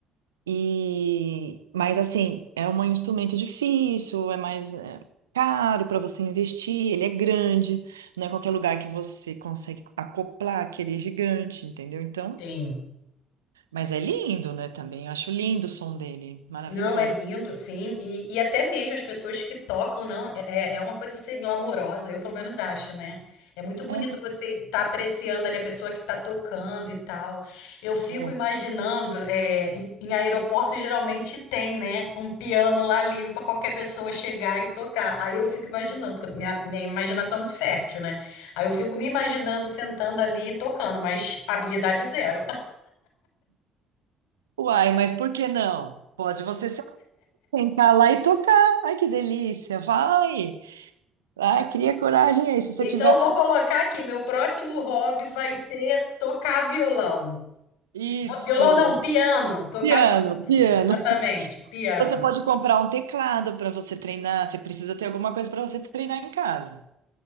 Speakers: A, on the right; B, on the left.
A: E, mas assim, é um instrumento difícil, é mais é, caro para você investir, ele é grande, não é qualquer lugar que você consegue acoplar aquele gigante, entendeu? Então,
B: Tem.
A: mas é lindo, né, também. Eu acho lindo o som dele, maravilhoso.
B: Não, é lindo, sim. E, e até mesmo as pessoas que tocam, não, é, é é uma coisa assim glamourosa, eu pelo menos acho, né? É muito bonito
A: É,
B: você estar apreciando ali a pessoa que está tocando e tal. Eu fico
A: é.
B: imaginando, é, em em aeroporto geralmente tem, né, um piano lá livre para qualquer pessoa chegar e tocar. Aí eu fico imaginando, porque minha, minha imaginação é muito fértil, né? Aí eu fico me imaginando sentando ali e tocando, mas habilidade zero.
A: Uai, mas por que não? Pode você se sentar lá e tocar. Ai, que delícia! Vai! Ai cria coragem aí. Se você
B: Então,
A: tiver.
B: eu vou colocar aqui, meu próximo hobby vai ser tocar violão.
A: Isso!
B: Não, Violão não, piano. Tocar
A: Piano,
B: piano.
A: piano.
B: Exatamente, piano.
A: Você pode comprar um teclado para você treinar, você precisa ter alguma coisa para você treinar em casa.